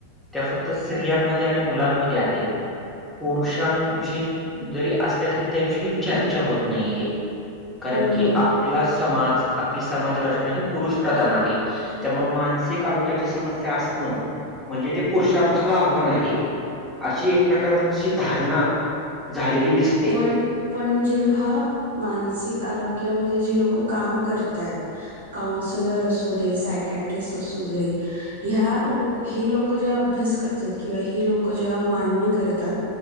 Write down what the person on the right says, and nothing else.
अम्
पण पण जेव्हा मानसिक आरोग्यामध्ये जे लोक काम कर तात कॉऊणस्लर असू दे सायक्याट्रीक असू दे ह्यां लोक हें लोकं जेव्हा अभ्यास करतात, किंवा ही लोकं जेव्हा मांडणी करतात